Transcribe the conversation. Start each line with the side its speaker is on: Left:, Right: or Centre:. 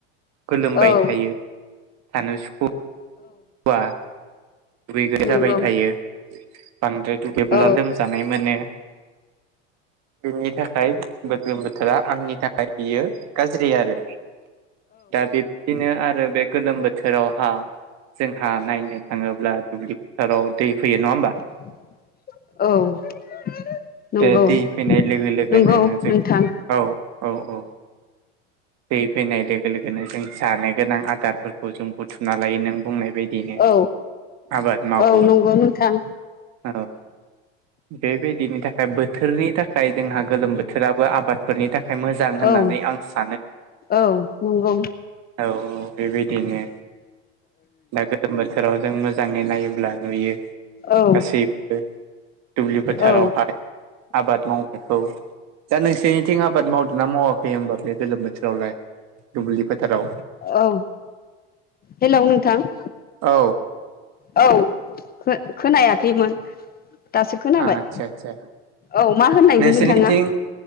Right: गोलोमबाय
Left: औ
Right: थायो थानो सुखुुवा। दुगैगोन
Left: नंगौ
Right: जाबाय थायो बांद्राय दुगैब्ला
Left: औ
Right: लोमजानाय मोनो। बेनि थाखाय गोदलोम बोथोरा आंनि थाखाय बियो गाज्रि आरो। दा बिब्दिनो आरो बे गोलोम बोथोरावहा जोंहा नायनो थाङोब्ला दुब्लि थाराव दै फै नङा होनोमबा?
Left: औ नंगौ
Right: बे दै फैनाय लोगो लोगोनो
Left: नंगौ
Right: जों
Left: नोंथां
Right: औ औ औ। दै फैनाय लोगो लोगोनो जों जानो गोनां आदारफोरखौ जों बुथुमना लायो नों थां बुंनाय बायदिययैनो
Left: औ
Right: आबाद मावो
Left: औ नंगौ नोंथां
Right: औ बेबायदिनि था खाय बोथोरनि थाखाय जोंहा गोलोम बोथोराबो आबादफोरनि थाखाय मोजां होननानै
Left: औ
Right: आं सान
Left: औ नंगौ।
Right: औ औ बेबायदिनो दा गोलोम बोथोराव जों मोजाङै नायोब्ला नुयो।
Left: औ
Right: गासैबो दुब्लि फोथारावहाय
Left: औ
Right: आबाद मावनायखौ। दा नोंसोरनिथिं आबाद मावदोंना मावाखै होमबा बे गोलोम बोथोरावलाय दुब्लि फोथाराव?
Left: औ हेल' नोंथां।
Right: औ
Left: औ खोनायाखैमोन। दासो खोनाबाय
Right: आदसा आदसा
Left: औ मा होननायमोन
Right: नोंसोरनिथिं
Left: नोंथाङा?